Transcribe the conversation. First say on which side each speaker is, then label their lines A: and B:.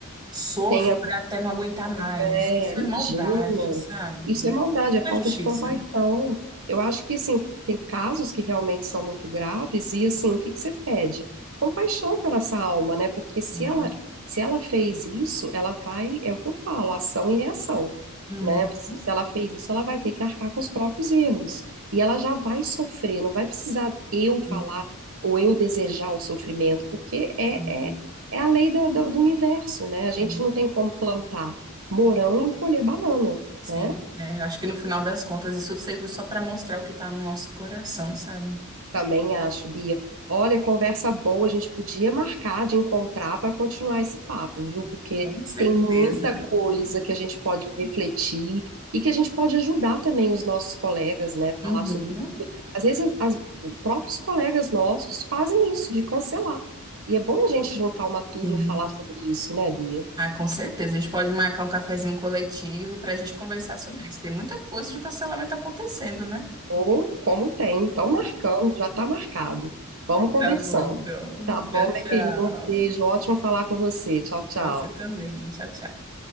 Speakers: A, on the right; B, on the right.
A: Sofra
B: Tem a
A: até não aguentar mais.
B: É,
A: Isso
B: imagina.
A: é maldade, sabe?
B: Isso é maldade, é
A: Não
B: falta
A: é justiça.
B: de compaixão. Eu acho que, assim, tem casos que realmente são muito graves e, assim, o que que você pede? Compaixão pela essa alma, né? Porque
A: Sim.
B: se ela, se ela fez isso, ela vai, é o que eu falo, ação e reação,
A: Uhum.
B: né? Se ela fez isso, ela vai ter que arcar com os próprios erros. E ela já vai sofrer, não vai precisar eu falar
A: Uhum.
B: ou eu desejar o sofrimento, porque é,
A: Sim.
B: é, é a lei da- da- do universo, né? A gente
A: É.
B: não tem como plantar morango e colher banana,
A: Sim.
B: né?
A: É, eu acho que no final das contas isso serviu só para mostrar o que está no nosso coração, sabe?
B: Também acho, Bia. Olha, conversa boa, a gente podia marcar de encontrar para continuar esse papo, viu? Porque
A: Com certeza.
B: tem muita coisa que a gente pode refletir e que a gente pode ajudar também os nossos colegas, né? Falar
A: Uhum.
B: sobre. Às vezes, as- os próprios colegas nossos fazem isso, de cancelar. E é bom a gente juntar uma turma
A: Sim.
B: e falar sobre isso, né, Bia?
A: Ah, com certeza. A gente pode marcar um cafezinho coletivo para a gente conversar sobre isso. Tem muita coisa de cancelamento acontecendo, né?
B: Ou como tem, estão marcando, já está marcado. Vamos conversando.
A: Tá bom, então.
B: Tá bom,
A: Tchau,
B: minha
A: tchau.
B: querida? Um beijo, ótimo falar com você. Tchau, tchau.
A: Você também. Tchau, tchau.